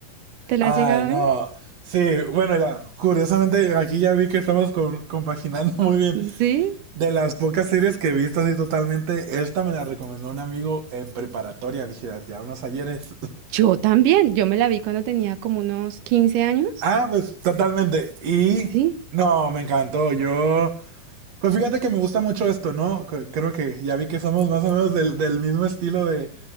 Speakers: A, on the right; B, on the right.
A: ¿Te la
B: Ay,
A: has llegado a
B: no.
A: ver?
B: Sí, bueno, ya, curiosamente aquí ya vi que estamos con- compaginando <laughs> muy bien.
A: Mm, Sí.
B: De las pocas series que he visto así totalmente, esta me la recomendó un amigo en preparatoria, dijeras, ya unos ayeres. <laughs>
A: Yo también, yo me la vi cuando tenía como unos quince años.
B: Ah, pues totalmente. Y
A: Sí,
B: no, me encantó. Yo, pues fíjate que me gusta mucho esto, ¿no? C- Creo que ya vi que somos más o menos del, del mismo estilo de,